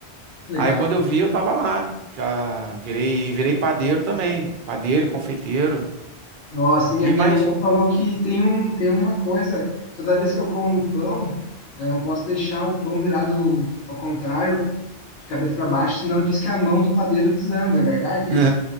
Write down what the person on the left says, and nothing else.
Que Legal.
Nossa, minha,
minha
mulher falou que tem um, tem uma coisa, toda vez que eu como pão, eu não posso deixar o pão virado ao contrário, de cabeça para baixo, senão diz que a mão do padeiro desanda, é verdade
isso?